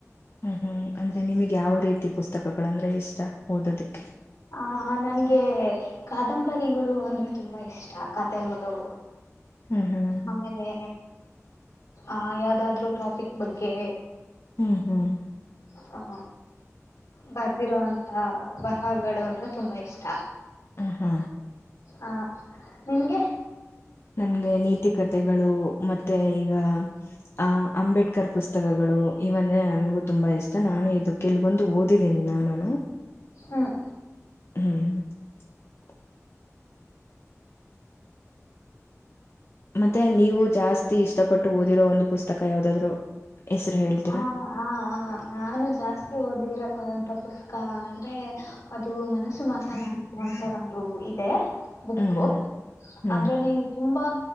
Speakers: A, on the left; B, on the left.
A: ಹ ಹ್ಮ ಅಂದ್ರೆ ನಿಮಗೆ ಯಾವ ರೀತಿ ಪುಸ್ತಕಗಳಂದ್ರೆ ಇಷ್ಟ ಓದೋದಕ್ಕೆ
B: ಆ ನನ್ಗೆ ಕಾದಂಬರಿಗಳು ಅಂದ್ರೆ ತುಂಬಾ ಇಷ್ಟ ಕತೆಗಳು
A: ಹ್ಮ್ ಹ್ಮ್
B: ಆಮೇಲೆ ಆ ಯಾವ್ದಾದ್ರು ಟಾಪಿಕ್ ಬಗ್ಗೆ
A: ಹ್ಮ್ ಹ್ಮ್
B: ಹಾ ಬರ್ದಿರುವೋಂತ ಬರಹಗಳು ಅಂದ್ರೆ ತುಂಬಾ ಇಷ್ಟ
A: ಹ ಹಾ
B: ಹಾ ನಿಂಗೆ
A: ನನ್ಗೆ ನೀತಿ ಕತೆಗಳು ಮತ್ತೆ ಈಗ ಅ ಅಂಬೇಡ್ಕರ್ ಪುಸ್ತಕ ಪುಸ್ತಕಗಳು ಇವಂದ್ರೆ ನನ್ಗು ತುಂಬಾ ಇಷ್ಟ ನಾನೇ ಇದು ಕೆಲವೊಂದು ಓದಿದ್ದೀನಿ ನಾನುನು
B: ಹ್ಮ್
A: ಹ್ಮ್ <unintelligible> ಮತ್ತೆ ನೀವು ಜಾಸ್ತಿ ಇಷ್ಟಪಟ್ಟು ಓದಿರೋ ಒಂದು ಪುಸ್ತಕ ಯಾವ್ದಾದ್ರು ಹೆಸರು
B: ಹಾ
A: <inaudible>
B: ಹಾ ಹಾ ನಾನು ಜಾಸ್ತಿ ಓದಿರೊ ಅಂತ ಪುಸ್ತಕಾ ಅಂದ್ರೆ ಅದು ಮನಸ್ಸು ಮಾತನಾಡಿಸುವಂತ ಒಂದು ಇದೆ ಬುಕ್ಕು
A: ಹ್ಮ್ ಹ್ಮ್ ಹ್ಮ್
B: ಅದ್ರಲ್ಲಿ ತುಂಬಾ